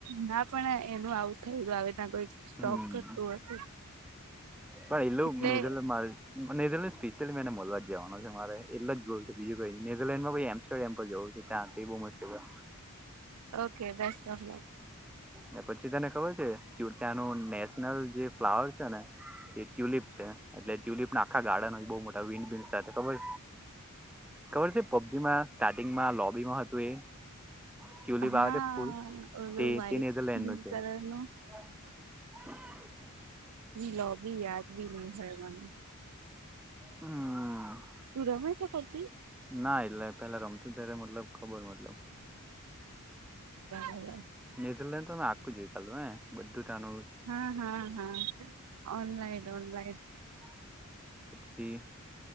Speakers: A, on the right; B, in the centre.
A: ના પણ એનું આવું થયયું આવે ત્યાં કોઈ સ્ટોક
B: હમ
A: કરતું હતું
B: પણ એલું
A: એટલે
B: મઝ મા નેધરલેન્ડ સ્પેશિયલી મેં એને મળવા જવાનો છે મારે એટલેજ જોવું છે બીજું કઈ નેધરલેન્ડમાં કોઈ એમસ્ટર્ડેમ પર જવું છે હા તે બહુ મસ્ત છે
A: ઓકે શુભેચ્છા
B: ને પછી તને ખબર છે કે ત્યાનું નેશનલ જે ફ્લાવર છે ને એ ટ્યુલિપ છે એટલે ટ્યુલિપ ના આખા ગાર્ડન બહુ મોટા વિન્ડ મિલ સાથે ખબર
A: હ
B: ખબર છે પબજીમાં સ્ટાર્ટિંગમાં લોબીમાં હતું એ ટ્યુલિપ
A: હા
B: આવે તે ફૂલ
A: ઓલું
B: તે
A: વ્હાઈટ
B: તે નેધરલેન્ડ
A: પિંક
B: નું છે.
A: કલર નું
B: <unintelligible>
A: લોબી યાદ બી નહી હ મને
B: હમ
A: તુ રમેં છે પબ
B: ના એટલે પેલા રમતો ત્યારે મતલબ ખબર મતલબ
A: <unintelligible>
B: ઈધરલેન્ડ તો મે આખું જોઈ બધું
A: હા હા હા ઓનલાઈન ઓનલાઈન
B: <unintelligible> <inaudible> પછી